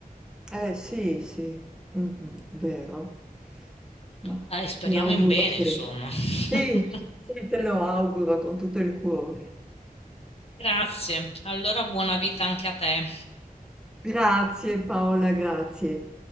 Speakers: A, in the centre; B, on the left (about 40°).
A: Eh sì, sì, mh-mh, vero. Ma
B: Dai, speriamo
A: ti auguro
B: in bene,
A: che...
B: insomma. <laughs>
A: Sì, sì, te lo auguro con tutto il cuore.
B: Grazie. Allora buona vita anche a te.
A: Grazie Paola, grazie.